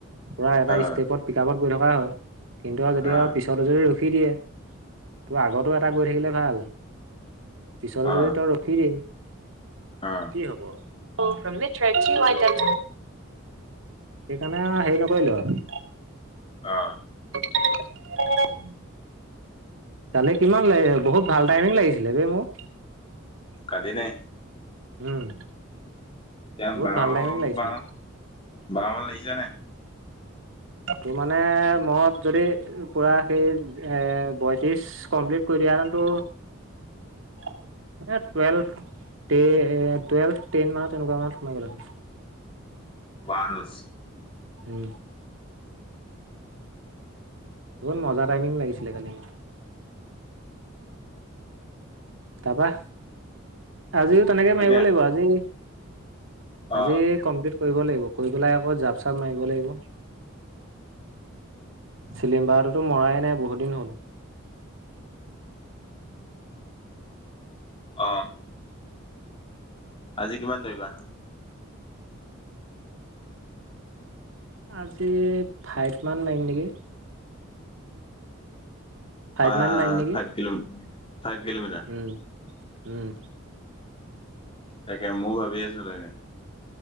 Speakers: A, on the right (about 70°); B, on the left (about 25°).
A: পূৰা এটা
B: অ অ
A: ষ্টেপত পিক আপত গৈ থকা হয় কিন্তু যেতিয়া
B: অ
A: পিছতো যদি ৰখি দিয়ে তোৰ আগতো এটা গৈ থাকিলে ভাল পিছত
B: অ
A: যদি তই ৰখি দিয়ে
B: অ
A: কি হব? <inaudible> সেইকাৰণে আ হেৰি নকৰিলো আৰু।
B: অ।
A: উ <inaudible> তালৈ কিমান লাগে বহুত ভাল টাইমিং লাগিছিলে বেই মোক।
B: পাদিনে।
A: উম।
B: ইতিয়া
A: বহুত
B: বাৰ
A: ভাল টাইমিং লাগিছিলে
B: বা বাৰমান লাগিছে নে?
A: তোৰ মানে মদ যদি পুৰা সেই এ বয়ত্ৰিশ ইচ কমপ্লিট কৰি দিয়াহেতেনটো <inaudible> তে এ টুৱেলভ টেন মান তেনেকুৱা মানত সোমাই গ'ল।
B: বানচ
A: উম। বহুত মজা টাইমিং লাগিচিলে কালি। তাৰপা আজিও তেনেকে
B: তাকে
A: মাৰিব লাগিব আজি
B: অ
A: আজি কমপ্লিট কৰিব লাগিব, কৰি পেলাই আকৌ জাপ - চাপ মাৰিব লাগিব। চিলিম্বাৰটোতো মৰাই নাই বহুত দিন হ'ল।
B: অ। আজি কিমান ধৰিবা?
A: আজি ফাইৱমান মাৰিম নেকি? ফাইভ
B: আ
A: মান মাৰিম নেকি
B: ফাইভ কিল, ফাইভ কিলোমিটাৰ।
A: উম, উম।
B: তাকে মও ভাবি আছো তাকে।